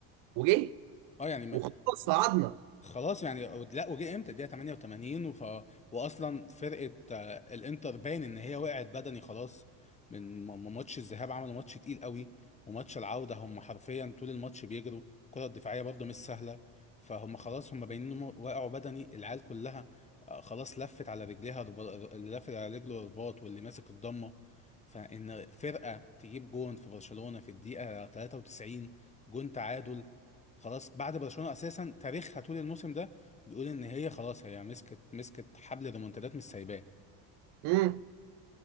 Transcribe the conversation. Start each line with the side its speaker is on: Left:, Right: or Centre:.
Right: وجه
Left: اه يعني
Right: وخلاص صعدنا
Left: خلاص يعني لا وجه امتى الدقيقه 88 وف... واصلا فرقه آه، الانتر باين ان هي وقعت بدني خلاص من م- م- ماتش الذهاب عملوا ماتش تقيل قوي وماتش العوده هم حرفيا طول الماتش بيجروا الكره الدفاعيه برضه مش سهله فهم خلاص هم باينين انهم وقعوا بدني العيال كلها آه، خلاص لفت على رجليها رب... اللي لافت على رجله رباط واللي ماسك الضمه فان فرقه تجيب جون في برشلونه في الدقيقه 93 جون تعادل خلاص بعد برشلونة اساسا تاريخها طول الموسم ده بيقول ان هي خلاص هي مسكت مسكت حبل ريمونتادات مش سايباه
Right: امم